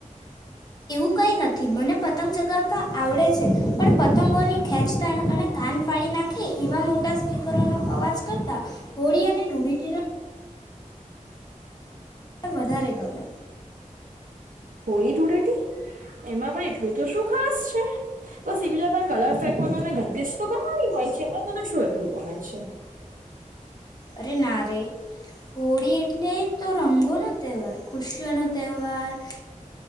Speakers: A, on the left (about 30°); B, on the right (about 80°).
A: હું કઈ નથી મને પતંગ ચગાવતા આવડે છે પણ પતંગોની ખેંચતાણ અને કાન ફાડી નાખ. હ એઇ મોટા સ્પીિકરનો. અવાજ કરતા, હોળી અને ધૂળીટી. પણ વધારે ગમે.
B: હોળી, ધૂળેટી એમાં પણ એટલું તો શું ખાસ છે? બસ એકબીજા પર કલર ફેંકવાનો ગંદીશ તો કરવાની હોય.
A: <inaudible>
B: છે એમાં તને શું એટલું ગમે છે
A: અરે ના રે હોળી એટલે તો રંગો. નો તહેવાર ખુશિયાનો તહેવાર. <inaudible>